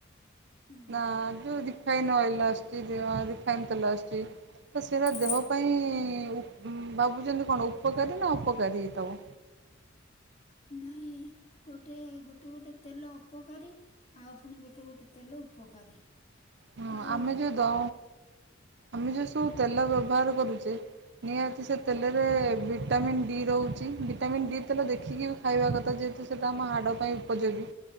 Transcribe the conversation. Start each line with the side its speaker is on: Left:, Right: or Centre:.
Left: ହୁଁ
Right: ନାନ୍ତୁ ଦି। ରିଫାଇନ୍ ଅଏଲ ଆସୁଛି ଯେ ରିଫାଇନ୍ ତେଲ ଆସୁଛି। ତ ସେରା
Left: ହୁଁ
Right: ଦେହ ପାଇଁ ଉପ ଉଁ ଭାବୁଛନ୍ତି କଣ ଉପକାରୀ ନା ଉପକାରୀ ହେଇ ତବ
Left: ନାଇଁ ଗୋଟେ ଗୋଟେ ଗୋଟେ ତେଲ ଅପକାରୀ ଆଉ ପୁଣି ଗୋଟେ ଗୋଟେ ତେଲ ଉପକାରୀ।
Right: ହଁ
Left: ଆଉ
Right: ଆମେ ଯୋଉ ଦ ଆମେ ଯେଉଁ ସବୁ ତେଲ ବ୍ୟବହାର କରୁଛେ ନିହାତି ସେ ତେଲରେ ଭିଟାମିନ୍ ଡି ରହୁଛି ଭିଟାମିନ୍ ଡି ତେଲ ଦେଖିକି ବି ଖାଇବା କଥା ଯେହେତୁ ସେଇଟା ଆମ ହାଡ଼ ପାଇଁ ଉପଯୋଗୀ।